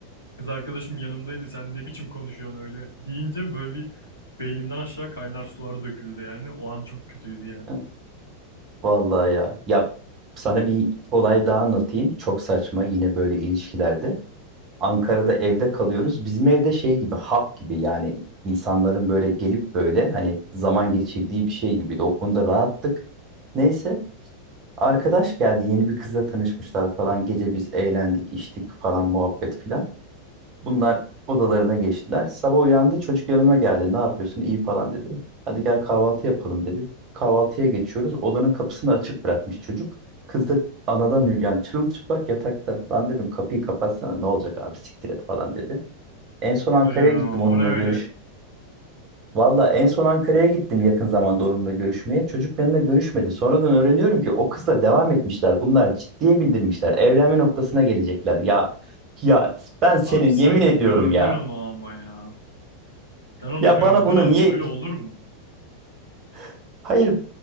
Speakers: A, on the left; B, on the right.
A: kız arkadaşım yanımdaydı sen ne biçim konuşuyorsun öyle deyince böyle bir beynimden aşağı kaynar sular döküldü yani. O an çok kötüydü ya.
B: Evet. Vallahi ya. Ya sana bir olay daha anlatayım. Çok saçma yine böyle ilişkilerde. Ankara'da evde kalıyoruz. Bizim evde şey gibi hap gibi yani insanların böyle gelip böyle hani zaman geçirdiği bir şey gibiydi. O konuda rahattık. Neyse arkadaş geldi yeni bir kızla tanışmışlar falan. Gece biz eğlendik içtik falan muhabbet filan. Bunlar odalarına geçtiler. Sabah uyandı çocuk yanıma geldi. Ne yapıyorsun? İyi falan dedi. Hadi gel kahvaltı yapalım dedi. Kahvaltıya geçiyoruz. Odanın kapısını açık bırakmış çocuk. Kız da anadan üryan çırılçıplak yatakta. Lan dedim kapıyı kapatsana ne olacak abi siktir et falan dedi. En son Ankara'ya
A: Öyle ya,
B: gittim
A: o
B: onunla
A: ne öyle?
B: görüş. Valla en son Ankara'ya gittim yakın zamanda onunla görüşmeye. Çocuk benimle görüşmedi. Sonradan öğreniyorum ki o kızla devam etmişler. Bunlar ciddiye bindirmişler. Evlenme noktasına gelecekler. Ya ya ben senin
A: Abi sen
B: yemin ediyorum
A: gördün
B: ya.
A: onu ama ya. Sen onu
B: Ya
A: gördün
B: bana bunu
A: ama
B: niye
A: öyle olur mu?
B: <laughs> hayır